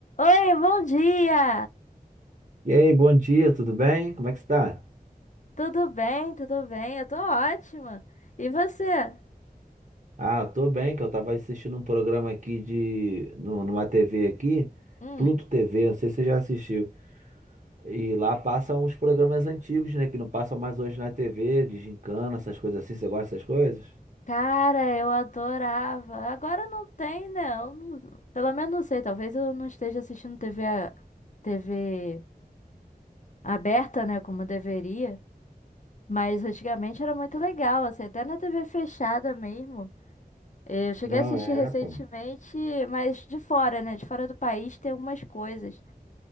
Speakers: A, on the left; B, on the right.
A: Oi, bom dia!
B: E aí, bom dia, tudo bem? Como é que você tá?
A: Tudo bem, tudo bem? Eu tô ótima. E você?
B: Ah, eu tô bem, que eu tava assistindo um programa aqui de... no- numa TV aqui,
A: Hum,
B: Pluto TV, não sei se você já assistiu. E lá passam uns programas antigos, né, que não passam mais hoje na TV, de gincana, essas coisas assim. Você gosta dessas coisas?
A: cara, eu adorava. Agora não tem, né? Eu não- pelo menos não sei, talvez eu não esteja assistindo TV, a- TV aberta, né, como deveria. Mas antigamente era muito legal, assim, até na TV fechada mesmo. Eu cheguei
B: Não,
A: a assistir
B: é,
A: recentemente,
B: pô.
A: mas de fora, né? De fora do país tem algumas coisas.